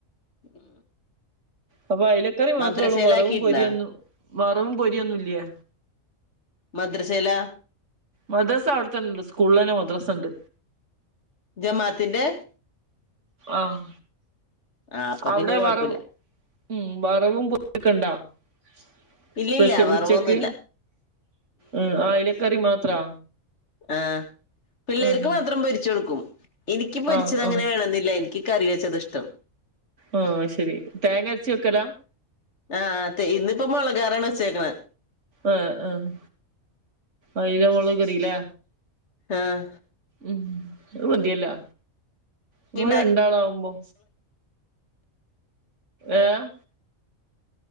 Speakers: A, on the left (about 55°); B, on the right (about 60°).
A: ഉം
B: അപ്പൊ അയിലക്കറി മാത്രേള്ളൂ
A: മദ്രസയിലാക്കിയിട്ടുണ്ടാ
B: വറവും പൊരിയൊന്നും വറവും പൊരിയൊന്നും ഇല്ല്യേ
A: മദ്രസ്സേലാ
B: മദ്രസ അവിടെത്തന്നെണ്ട് സ്കൂളിൽ തന്നെ മദ്രസണ്ട്
A: ജമാഅത്തിന്റെ
B: ആഹ്
A: ആഹ് അപ്പൊ
B: അവിടെ
A: പിന്നെ കൊഴപ്പില്ല
B: വറവ് ഉം വറവും പോ <unintelligible>
A: ഇല്ലില്ല
B: സ്പെഷ്യൽ
A: വറവൊന്നുമില്ല
B: ഉച്ചക്ക് ഉം ആയിലക്കറി മാത്രാ
A: ആഹ് പിള്ളേർക്ക്
B: ആഹ്
A: മാത്രം പൊരിച്ച് കൊടുക്കും എനിക്ക് പൊരിച്ചത്
B: ആഹ് ആഹ്
A: അങ്ങനെ വേണന്നില്ല എനി ക്ക് കറി വെച്ചതാ ഇഷ്ടം
B: ആഹ് അഹ് ശരി തേങ്ങരച്ച് വെക്കലാ
A: ആഹ് തേ ഇന്നിപ്പോ മുളകാറാണ് വെച്ചേക്കണ
B: ആഹ് ആഹ് അയ്ല മൊളക് കറില്ലേ
A: ആഹ്
B: ഉം അത് മതിയല്ലോ ഇങ്ങള്
A: ഇണ്ടായി
B: രണ്ടാളാവുമ്പോ ഏഹ്